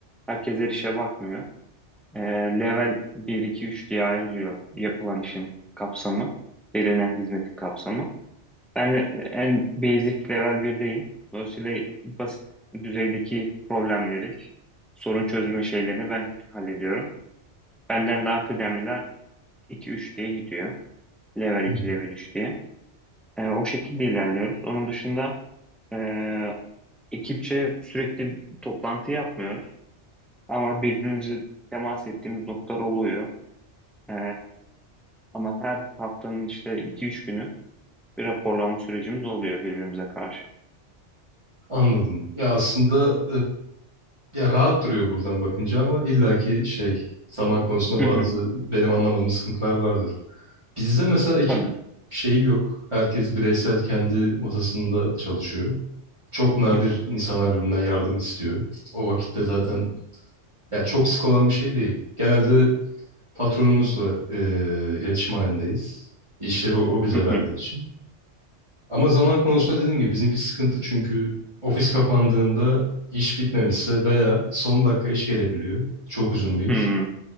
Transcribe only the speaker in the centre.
Herkes her işe bakmıyor. Ee, level bir 2 3 diye ayrılıyor yapılan işin kapsamı, verilen hizmetin kapsamı. Ben en basic level 1'deyim. Dolayısıyla basit düzeydeki problemleri, sorun çözme şeylerini ben hallediyorum. Benden daha kıdemliler 2 3 diye gidiyor. Level
2
level 3 diye. Ee, o şekilde ilerliyoruz. Onun dışında ee, ekipçe sürekli toplantı yapmıyoruz. Ama birbirimize temas ettiğimiz noktalar oluyor. Ee, ama her haftanın işte iki üç günü bir raporlama sürecimiz oluyor birbirimize karşı.
Hı
hı,
tabii.
Hı hı,
hı hı,
hı hı,